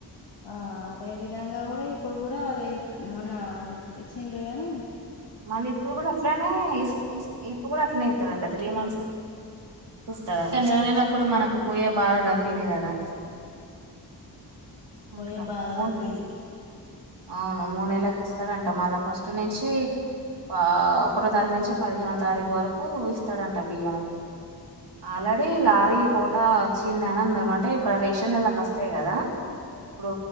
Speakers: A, on the left; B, on the right.
A: ఆ అదే విధంగా కూడా ఇప్పుడు కూడా అదే మొన్న ఇచ్చిండ్రు గానీ
B: మళ్ళీ ఇప్పుడు కూడా అట్లనే ఇస్ ఇస్ ఇప్పుడు కూడా అట్లనే ఇత్తరంట త్రీ మంత్స్ <unintelligible> నెలకు కూడా మనకు పొయ్యే బాధ తప్పింది కదా
A: పొయ్యే
B: అట్లా
A: భాధ
B: మూడు
A: తప్పింది
B: అవును మూడు నెళ్ళకి ఇస్తాడంట మళ్ళా ఫస్ట్ నుంచి ఆ ఒకటో తారీఖు నుంచి పదిహేనో తారీఖు వరకు ఇస్తాడంట బియ్యము ఆల్రెడీ లారీ కోటా వచ్చింది అని అన్నారు అంటే ఇక్కడ రేషన్లల్లకి వస్తాయి కదా ఇప్పుడు